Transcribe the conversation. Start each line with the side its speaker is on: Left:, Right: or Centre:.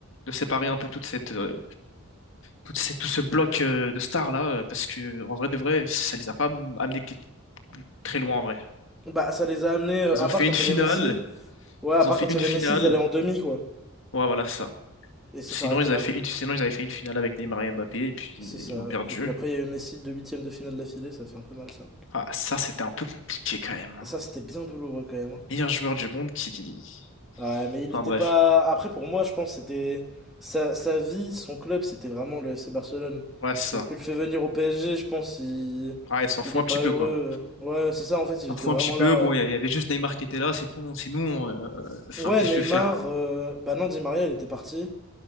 Left: de séparer un peu toute cette, euh, toute cette, tout ce bloc euh, de stars là, euh, parce que en vrai de vrai, ça les a pas am- amenés que- très loin en vrai.
Centre: bah, ça les a amenés, euh,
Left: Ils
Centre: à
Left: ont
Centre: part
Left: fait
Centre: quand
Left: une
Centre: il
Left: finale,
Centre: y avait Messi. Ouais, à
Left: ils
Centre: part
Left: ont fait
Centre: quand
Left: une
Centre: il y
Left: finale.
Centre: avait Messi, ils allaient en demi, quoi.
Left: Ouais, voilà, c'est ça.
Centre: Et ça
Left: Sinon,
Centre: s'arrêtait
Left: ils avaient
Centre: là.
Left: fait une, sinon ils avaient fait une finale avec Neymar et Mbappé, et puis
Centre: C'est
Left: ils
Centre: ça.
Left: l'ont perdu.
Centre: Et puis après, il y avait Messi de huitième de finale d'affilée, ça fait un peu mal, ça.
Left: Ah, ça, c'était un peu compliqué quand même. hein.
Centre: Ça, c'était bien douloureux quand même. hein.
Left: Meilleur joueur du monde qui,
Centre: Ouais, mais il
Left: enfin
Centre: n'était
Left: bref,
Centre: pas. Après, pour moi, je pense que c'était sa, sa vie, son club, c'était vraiment le FC Barcelone.
Left: ouais, c'est
Centre: Donc,
Left: ça.
Centre: tu le fais venir au PSG, je pense il
Left: Ouais, ils s'en
Centre: il
Left: foutent
Centre: est
Left: un
Centre: pas
Left: petit peu
Centre: heureux.
Left: quoi.
Centre: Ouais, c'est ça, en fait, il
Left: parfois
Centre: était vraiment
Left: un petit peu.
Centre: là.
Left: Bon,
Centre: euh.
Left: il y avait juste Neymar qui était là, c'est tout, sinon, euh, enfin,
Centre: Ouais,
Left: qu'est-ce
Centre: Neymar,
Left: que tu veux faire? hein
Centre: euh, bah non, Di Maria, il était parti.